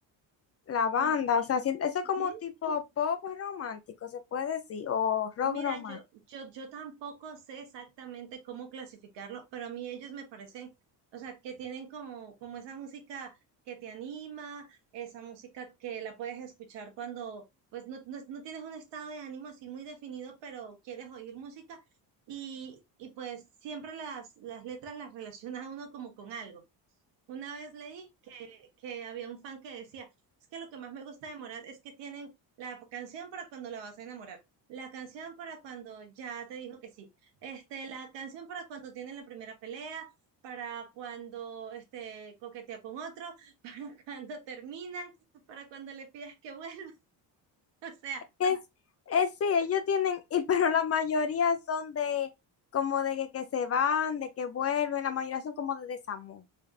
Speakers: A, on the left; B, on the right.
A: la banda,
B: Ay,
A: o sea, si- eso es
B: Ujú.
A: como tipo pop romántico, se puede decir, o rock
B: Mira,
A: romántico.
B: yo, yo, yo tampoco sé exactamente cómo clasificarlo, pero a mí ellos me parecen, o sea, que tienen como, como esa música que te anima, esa música que la puedes escuchar cuando, pues, no, no, no tienes un estado de ánimo así muy definido, pero quieres oír música y, y pues siempre las, las letras las relaciona a uno como con algo. Una vez leí que, que había un fan que decía, es que lo que más me gusta de Morat es que tienen la canción para cuando la vas a enamorar, la canción para cuando ya te dijo que sí, este, la canción para cuando tienen la primera pelea, para cuando este, coquetea con otro, <laughs> para cuando terminan, para cuando le pides que vuelva. <laughs> O sea,
A: Es, es sí, ellos tienen, y pero la mayoría son de como de que, que se van, de que vuelven, la mayoría son como de desamor.